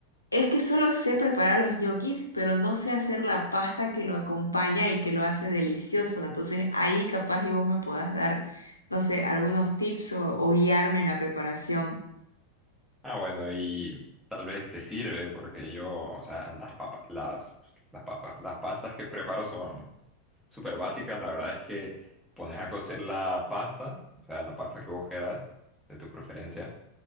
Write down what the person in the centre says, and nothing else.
Ah, bueno, y tal vez te sirve porque yo, o sea, las papas, las, las papas, las pastas que preparo son súper básicas. La verdad es que pones a cocer la pasta, o sea, la pasta que vos quieras, de tu preferencia.